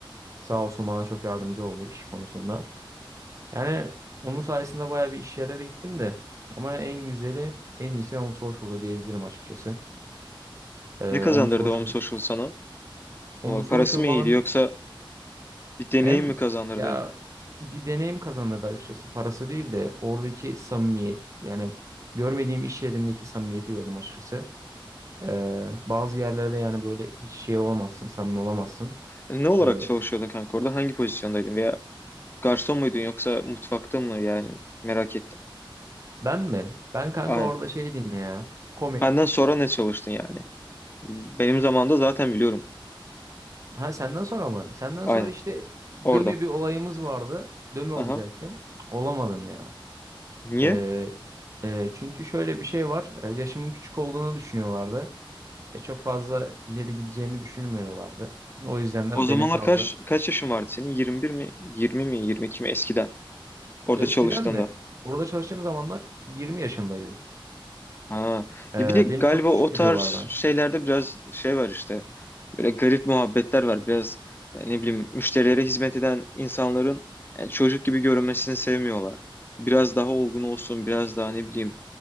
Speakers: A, on the right (about 35°); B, on the left (about 25°).
A: Sağ olsun bana çok yardımcı oldu iş konusunda. Yani onun sayesinde bayağı bir iş yerlere gittim de. Ama en güzeli, en iyisi Om Social'da diyebilirim açıkçası. Ee,
B: Ne kazandırdı
A: Om Social,
B: Om Social sana?
A: Om
B: Ama
A: Social
B: Parası mı
A: bana
B: iyiydi yoksa bir deneyim
A: hem
B: mi kazandırdı?
A: ya bir deneyim kazandırdı açıkçası. Parası değil de oradaki samimiyet. Yani görmediğim iş yerindeki samimiyeti gördüm açıkçası. Ee, bazı yerlerde yani böyle hiç şey olamazsın, samimi olamazsın.
B: E, Ne olarak
A: Ee,
B: çalışıyordun kanka orada? Hangi pozisyondaydın? Veya garson muydun yoksa mutfakta mı? Yani merak ettim.
A: ben mi? Ben kanka
B: Aynen.
A: orada şey diyeyim ya. komik.
B: Benden sonra ne çalıştın yani? Benim zamanımda zaten biliyorum.
A: Ha senden sonra mı? Senden
B: Aynen.
A: sonra işte
B: Orada.
A: dömi bir olayımız vardı. Dömi olacaktım.
B: Aha.
A: Olamadım ya.
B: Niye?
A: Ee, e, çünkü şöyle bir şey var. Ee, yaşımın küçük olduğunu düşünüyorlardı. E, çok fazla ileri gideceğimi düşünmüyorlardı. O yüzden de
B: O zamanlar
A: beni fazla...
B: kaç kaç yaşın vardı senin? 21 mi? 20 mi? 22 mi? Eskiden. Orada
A: Eskiden
B: çalıştığında.
A: mi? Orada çalıştığım zamanlar 20 yaşındaydım.
B: Ha.
A: Ee,
B: Ya bir de galiba
A: beni çok küçük
B: o
A: görüyorlardı.
B: tarz şeylerde biraz şey var işte. Böyle garip muhabbetler var. Biraz e, ne bileyim müşterilere hizmet eden insanların e, çocuk gibi görünmesini sevmiyorlar. Biraz daha olgun olsun, biraz daha ne bileyim